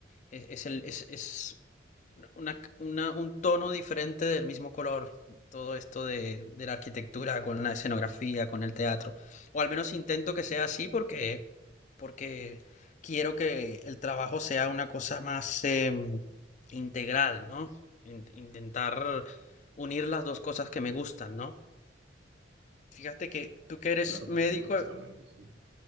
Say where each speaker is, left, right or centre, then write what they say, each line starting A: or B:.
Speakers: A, on the left; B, on the right.
A: es, es el, es, es una, una c- una- un tono diferente del mismo color, todo esto de, de la arquitectura con la escenografía, con el teatro. O al menos intento que sea así porque, porque quiero que el trabajo sea una cosa más em, integral, ¿no? In- intentar unir las dos cosas que me gustan, ¿no? Fíjate que tú que eres
B: Claro
A: médico,
B: que sí, honestamente sí.